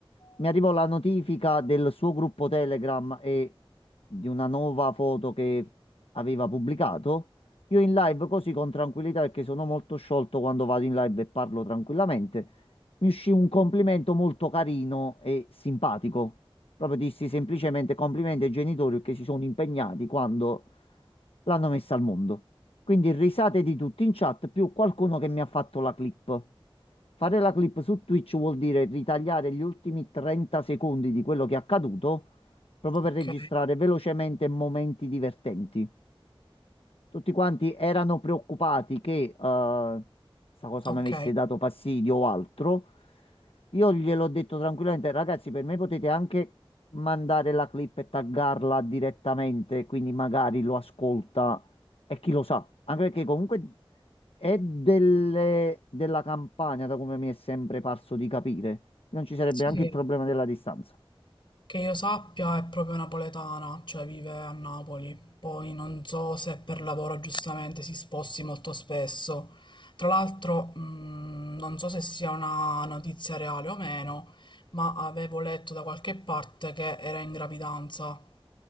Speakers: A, on the left (about 75°); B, on the left (about 60°).
A: mi arrivò la notifica del suo gruppo Telegram e di una nuova foto che aveva pubblicato. Io in live così con tranquillità, perché sono molto sciolto quando vado in live e parlo tranquillamente, mi uscì un complimento molto carino e simpatico. Proprio dissi semplicemente complimenti ai genitori che si sono impegnati quando l'hanno messa al mondo. Quindi risate di tutti in chat, più qualcuno che mi ha fatto la clip. Fare la clip su Twitch vuol dire ritagliare gli ultimi 30 secondi di quello che è accaduto, proprio per
B: Ok,
A: registrare velocemente momenti divertenti. Tutti quanti erano preoccupati che eh, sta cosa
B: ok.
A: mi avesse dato fastidio o altro. Io gliel'ho detto tranquillamente, ragazzi, per me potete anche mandare la clip e taggarla direttamente, quindi magari lo ascolta e chi lo sa, anche perché comunque è delle- della campagna, da come mi è sempre parso di capire. Non ci sarebbe
B: Sì,
A: anche
B: sì.
A: il problema della distanza.
B: Che io sappia è proprio napoletana, cioè vive a Napoli. Poi non so se per lavoro giustamente si sposti molto spesso. Tra l'altro, mh, non so se sia una notizia reale o meno, ma avevo letto da qualche parte che era in gravidanza.